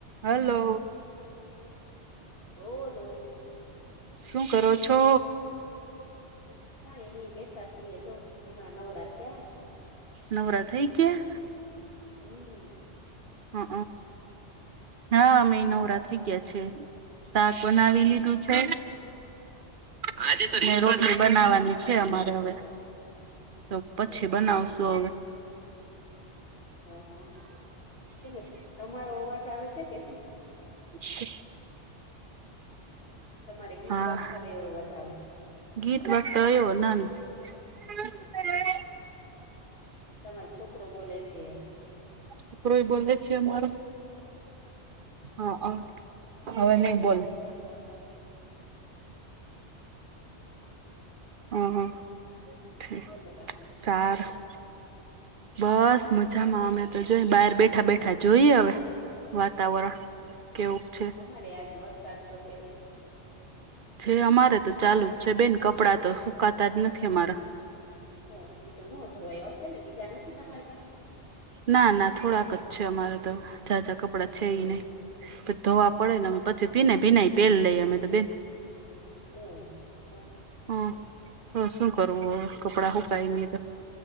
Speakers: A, on the right; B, on the left.
A: Hello!
B: બોલો!
A: શું કરો છો?
B: કાંઈ ની બેઠા છીએ જો હમણાં નવરા થીયા.
A: નવરા થઈ ગયા?
B: હું...
A: હ અ હા અમેય નવરા થઈ ગયા છે. શાક બનાવી લીધું છે. આજે
B: હં,
A: તો. બનાવાની છે અમારે હવે તો પછી
B: હોય
A: બનાવશું. તો.
B: હ હ કેને તમારો અવાજ આવે સે કે શું?
A: <inaudible>
B: તમારે ગીત
A: હા
B: વાગતા હોય એવો અવાજ આવે.
A: ગીત વાગતા હોય એવો! નાના.
B: તમારો છોકરો બોલે છે એ.
A: છોકરોય બોલે છે અમારો! હા અવે હવે નઈ બોલે.
B: તાનવા જાવ.
A: હ હ
B: બોલો બાકી
A: સારું. બસ મજામાં. અમે તો જોઈએ બાર બેઠા બેઠા જોઈએ અવે વાતાવરણ.. કેવું છે
B: અમારે આજ વરસાદ તો સે...
A: છે અમારે તો ચાલુ
B: છાટા
A: છે, બેન કપડાં તો હુંકાતા જ નથી અમારા....
B: હ પહીં તો નોંધોવાય અશે ને બીજા નથી તમારે પાસે....
A: ના ના થોડાક જ છે. અમારે તો ઝા ઝા કપડાં છેય
B: હોય
A: નઇ. ત ધોવા
B: હ
A: પડે ને
B: હ
A: અમે પછી ભીને ભીનાય પેર લઈએ અમે ત બેન...
B: ઓ હ ઓકે.
A: હ તો શું કરવુ અવે કપડા હુકાય ની ત?